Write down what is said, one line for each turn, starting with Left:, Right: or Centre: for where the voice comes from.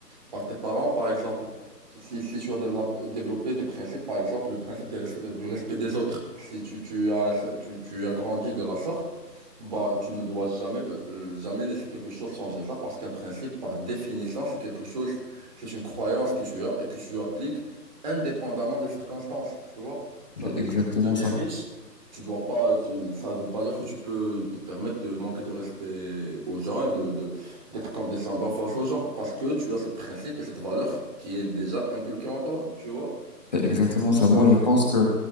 Right: par tes parents, par exemple. Si, si si tu as développé, développé des principes, par exemple, le principe des res- euh, du respect des autres, si tu, tu as, tu, tu as grandi de la sorte, bah, tu ne dois jamais, euh, jamais laisser quelque chose changer ça parce qu'un principe, par définition, c'est quelque chose c'est une croyance que tu as et que tu appliques indépendamment des circonstances, tu vois. Ça
Left: C'est
Right: veut
Left: exactement
Right: dire que si tu deviens
Left: ça.
Right: riche, tu dois pas, tu- ça veut pas dire que tu peux te permettre de manquer de respect aux gens et de, de- d'être condescendant face aux gens, parce que tu as ce principe et cette valeur qui est déjà inculquée en toi, tu vois.
Left: C'est exactement
Right: Du coup,
Left: ça.
Right: je pense.
Left: Moi, je pense que,